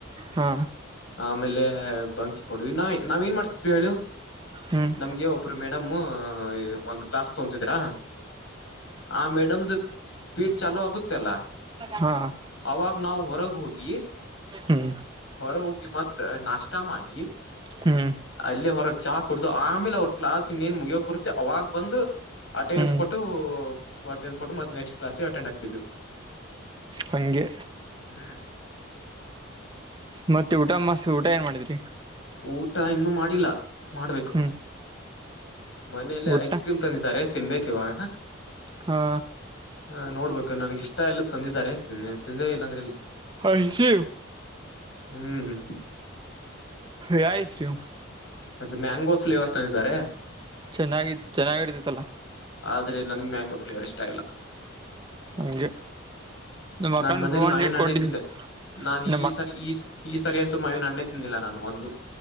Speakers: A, on the right; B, on the left.
A: ಹಾ
B: ಆಮೇಲೆ ಬಂಕಿ ಕೊಡ್ವಿ ನಾವ ನಾವ ಏನ್ ಮಾಡ್ತಿದ್ವಿ ಹೇಳು
A: ಹ್ಮ್
B: ನಮ್ಗೆ ಒಬ್ರು ಮೇಡಮ್ ಒಂದ್ ಕ್ಲಾಸ್ ತೊಂತಿದರಾ ಹಾ ಮೇಡಮ್ದ ಪೀಡ್ ಚಾಲೊ ಆಗುತ್ತಲ್ಲ
A: ಹಾ
B: ಅವಾಗ ನಾವ ಹೊರಗ್ ಹೋಗಿ
A: ಹ್ಮ್
B: ಹೊರ ಹೋಗಿ ಮತ್ತ್ ನಾಷ್ಟ ಮಾಡಿ
A: ಹ್ಮ್
B: ಅಲ್ಲೇ ಹೊರಗ್ ಚಾ ಕುಡ್ದು ಆಮೇಲೆ ಅವ್ರ ಕ್ಲಾಸ ಇನೇನ ಮುಗಿಯುಕ್ ಬರುತ್ತೆ ಅವಾಗ ಬಂದು ಅಟೆಂಡೆನ್ಸ್
A: ಹ್ಮ್
B: ಕೊಟ್ಟು ಅಟೆಂಡೆನ್ಸ್ ಕೊಟ್ಟು ಮತ್ತ ನೆಕ್ಸ್ಟ್ ಕ್ಲಾಸಿಗ ಅಟೆಂಡ್ ಆಗ್ತಿದ್ದವಿ
A: ಹಂಗೆ
B: ಹ್ಮ್
A: ಮತ್ತೆ ಊಟ ಮತ್ ಊಟ ಏನ್ ಮಾಡಿದ್ರಿ
B: ಊಟ ಇನ್ನೊ ಮಾಡಿಲ್ಲ ಮಾಡ್ಬೇಕು
A: ಹ್ಮ್
B: ಮನೇಲ್ಲೆ
A: ಊಟ
B: ಐಸ್ ಕ್ರೀಮ್ ತಂದಿದ್ದಾರೆ ತಿನ್ಬೇಕ ಇವಾಗ
A: ಹಾ
B: ಹ ನೋಡ್ಬೇಕು ನನ್ಗೆ ಇಷ್ಟ ಇಲ್ಲದ ತಂದಿದ್ದಾರೆ ತಿಂದರೇ ತಿಂದೇ ಇಲ್ಲಾಂದ್ರೆ ಇಲ್ಲ
A: ಐಸ್ ಕ್ರೀಮ್
B: ಹ್ಮ್ ಹ್ಮ್
A: ಯಾ ಐಸ್ ಕ್ರೀಮ್
B: ಅದು ಮ್ಯಾಂಗೋ ಫ್ಲೇವರ್ ತಂದಿದ್ದಾರೆ
A: ಚೆನ್ನಾಗಿ ಚೆನ್ನಾಗಿರ್ತಿತ್ತಲ್ಲ
B: ಆದ್ರೆ ನನ್ಗ ಮ್ಯಾಂಗೋ ಫ್ಲೇವರ್ ಇಷ್ಟ ಇಲ್ಲ
A: ಹಂಗೆ ನಮ್ಮ
B: ನಾನ್
A: ಅಕ್ಕನ್
B: ಮನೇಲ
A: ಪ್ರೂವ್ ಹಂಡ್ರೆಡ್
B: ಮಾವಿನ ಹಣ್ಣೆ
A: ಕೊಟ್ಟಿಲ್
B: ತಿಂದೆ ನಾನ್
A: ನಮ್ಮ
B: ಈ
A: ಅಕ್ಕ
B: ಸಾರಿ ಈ ಈ ಸಾರಿ ಅಂತೂ ಮಾವಿನ ಹಣ್ಣೆ ತಿಂದಿಲ್ಲ ನಾನು ಒಂದು